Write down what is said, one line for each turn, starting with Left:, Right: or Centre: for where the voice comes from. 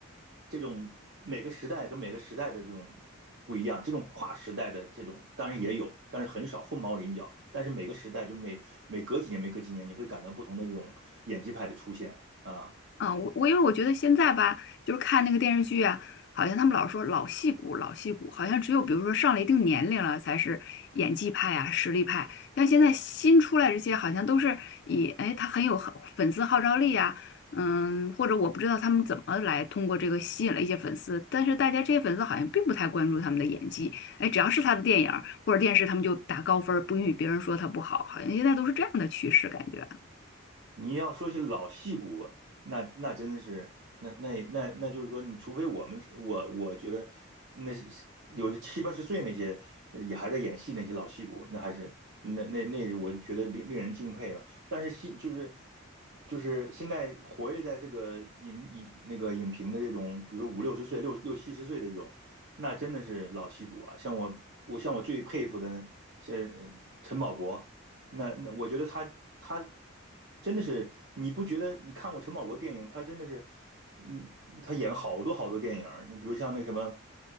Right: 这种每个时代跟每个时代的这种不一样，这种跨时代的这种当然也有，但是很少，凤毛麟角。但是每个时代就每每隔几年、每隔几年，你会感到不同的这种演技派的出现啊。
Left: 嗯，我我因为我觉得现在吧，就是看那个电视剧啊，好像他们老说老戏骨，老戏骨，好像只有比如说上了一定年龄了才是演技派啊，实力派。像现在新出来这些，好像都是以哎他很有很粉丝号召力啊，嗯，或者我不知道他们怎么来通过这个吸引了一些粉丝，但是大家这些粉丝好像并不太关注他们的演技，哎，只要是他的电影儿或者电视，他们就打高分儿不允许别人说他不好，好像现在都是这样的趋势感觉。
Right: 你要说起老戏骨，那那真的是，那那那那就是说，你除非我们是我我觉得那些有的七八十岁那些呃也还在演戏那些老戏骨，那还是那那那，我就觉得令令人敬佩吧。但是戏就是就是现在活跃在这个影影那个影评的这种，比如五六十岁、六六七十岁的这种，那真的是老戏骨啊。像我我像我最佩服的，像呃陈宝国。那那我觉得他他真的是，你不觉得？你看过陈宝国电影，他真的是，嗯，他演好多好多电影儿你比如像那什么